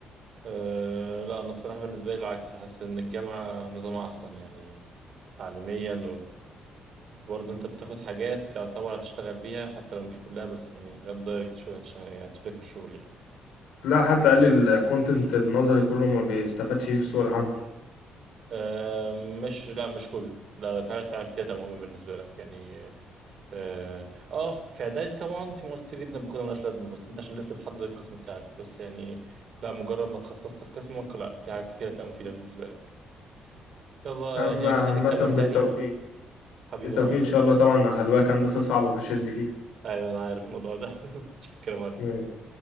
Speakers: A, on the right; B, on the left.
A: آه، لا انا الصراحه بالنسبه لي العكس حاسس ان الجامعه نظامها احسن يعني تعليميا وبرضه انت بتاخد حاجات يعتبر هتشتغل بيها حتى لو مش كلها بس يعني حاجات دايركت شويه هتش- هتفيدك في الشغل يعني
B: لا حد
A: آه.
B: قال لي الكونتنت النظري كله ما بيستفادش فيه في سوق العمل
A: آه، مش لا مش كله لا في حاجات فعلا كتير مهمه بالنسبه لك يعني آه، اه آه، في اعدادي طبعا في مواد كتير جدا باخدها ملهاش لازمه بس انت عشان لسه بتحدد القسم بتاعك بس يعني لا مجرد ما اتخصصت في قسمك لا في حاجات كتير هتبقى مفيده بالنسبه لك يلا
B: أما
A: يعني اكيد
B: عامة
A: هنتكلم تاني
B: بالتوفيق
A: حبيبي
B: بالتوفيق
A: يا معلم
B: إن شاء الله طبعا خلي بالك هندسة صعبة فشد فيها
A: ايوه انا عارف الموضوع ده <laughs> شكرا يا معلم.
B: ماشي